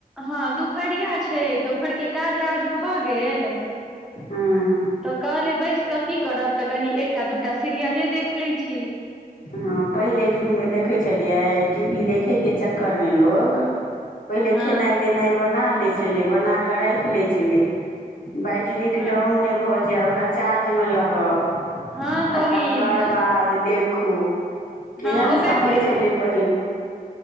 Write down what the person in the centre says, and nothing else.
हँ दुपहरिया छै तऽ घरके काज राज भऽ गेल
तऽ कहलियै बैस कऽ की करब तऽ कनि एकटा दूटा सीरियले देख लैत छी
हँ
हँ
हँ बहिन
हँ ओ
बैटरी